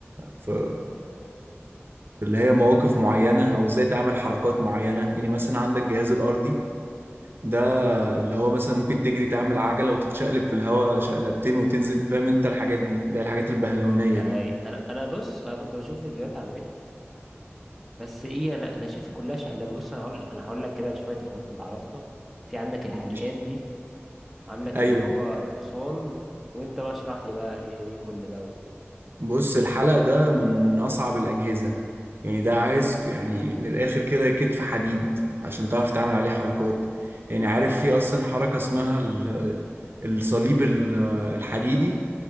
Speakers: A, on the right (about 55°); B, in the centre.
A: في في اللي هي مواقف معينة او ازاي تعمل حركات معينة يعني مثلا عندك الجهاز الارضي ده اللي هو مثلا ممكن تجري تعمل عجلة وتتشقلب في الهواء شقلبتين وتنزل فاهم انت الحاجات دي اللي هي الحاجات البهلوانية
B: أي...
A: دي
B: انا انا بص انا كنت بشوف فيديوهات على النت بس ايه انا انا شايفها كلها شقلبه بص انا هقول انا هقول لك كده شويه الحاجات اللي اعرفها في عندك الحلقان
A: مش
B: دي وعندك
A: ايوه
B: اللي هو الحصان وانت بقى اشرح لي بقى ايه إيه كل ده
A: بص الحلق ده من من اصعب الاجهزة يعني ده عايز يعني من الاخر كده كتف حديد عشان تعرف تعمل عليه حركات يعني عارف في اصلا حركة اسمها ال- الصليب ال- الحديدي